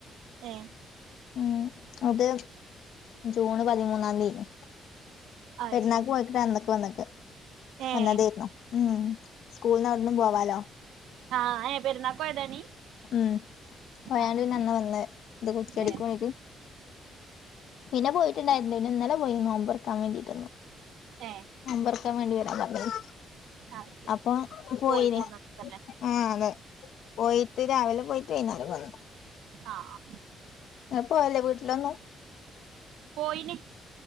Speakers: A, on the right; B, on the left.
A: ഏ
B: ഉം അത് ജൂണ് പതിമൂന്നാം തീയതി
A: അത്
B: പെരുന്നാക്ക്
A: ശരി
B: പോയിക്കട്ടെ അന്നക്കെ വന്നക്കെ
A: ഏഹ്
B: വന്നതേയിരുന്നു ഉം സ്കൂൾന്നവിടന്നും പോവാലോ
A: ആഹ് ഏഹ് പെരുന്നാക്ക് പോയതാണീ
B: ഉം വയാണ്ട്
A: അത്
B: പിന്നെ
A: ശരി
B: അന്ന് വന്ന് ഇത് ചെടിക്കോണിക്ക്
A: ഏഹ്
B: പിന്നെ പോയിട്ടുണ്ടായിരുന്നു പിന്നെ ഇന്നലെ പോയി നോമ്പുറക്കാൻ വേണ്ടിട്ട് തെന്നു
A: ഏഹ്
B: നോമ്പർക്കാൻ വേണ്ടിവരാൻ
A: അത് ശരി
B: അപ്പൊ പോയിന്
A: പോയി പോന്നക്കല്ലേ
B: ആ അതെ പോയിട്ട് രാവിലെ പോയിറ്റ് വൈകുന്നേരം വന്നു
A: ആ ആ
B: എപ്പോരും വീട്ടിലൊന്നു
A: പോയിന്